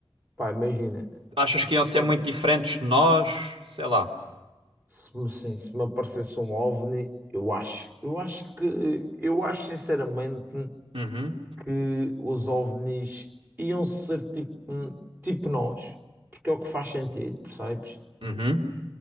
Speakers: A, on the right; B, on the right.
A: Pá, imagina,
B: Achas
A: se
B: que iam ser
A: me,
B: muito diferentes
A: se,
B: de nós? Sei lá.
A: se me sim, se me aparecesse um OVNI, eu acho, eu acho que, eu acho sinceramente.
B: Uhum,
A: que os OVNIs iam ser tipo, um, tipo nós, porque é o que faz sentido, percebes?
B: uhum,